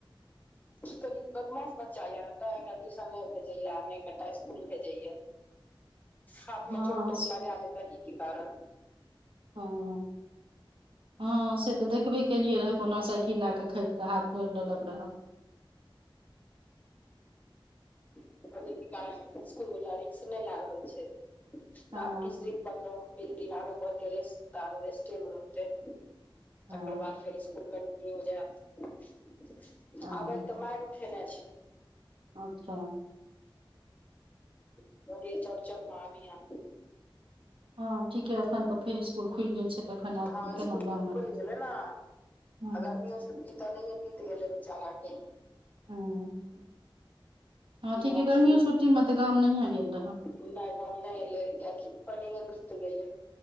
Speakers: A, on the left; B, on the right.
A: की कनी बदमाश बच्चा या ने ते ट्यूशन नहि भेजया नहि कनी टा इसकुल भेजया।
B: <inaudible>
A: हाथ
B: हँ
A: म चोट तोट
B: स-
A: लगेलेत ही की कारण।
B: हँ <inaudible> हँ से तऽ देखबे केलियै कोनो साइकिल लए क खैस केँ हाथ फोर लेलक रहा
A: रवि की कहै इसकुल वला रिक्स नहि लए रहल छै।
B: हँ
A: आब किछ दिन पन्द्रह बीस दिन आरो। ओ केँ रेस्टे औरो रेस्टे म रहते तेकर
B: हँ
A: बाद फेर इसकुल <unintelligible>
B: हँ
A: आबै ल तऽ मारि उठेने छै।
B: अच्छ
A: कहलिए चौड़चन मऽ अभियह
B: हँ ठीकेँ अखन फेर इसकुल खुल गेल छै तऽ एखन आब
A: हँ इसकुल
B: केना गाम
A: तऽ
B: एतै
A: खुलि गेलै ना
B: हँ
A: गरमियो छुट्टी तऽ ओनाहियों बीत गेले बेचारा केँ
B: ह <inaudible> हँ
A: बिना
B: ठीके
A: अथिये
B: गर्मी
A: के
B: छुटी म गाम नहि गेल रह
A: नहि हम नहि लेबै कियाकी अनाहिय बीत गेलै।